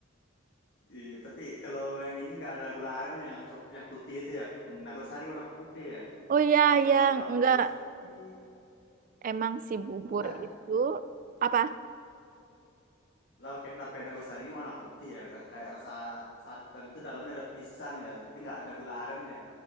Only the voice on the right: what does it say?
Oh iya,
yang
enggak
Emang si bubur
itu apa?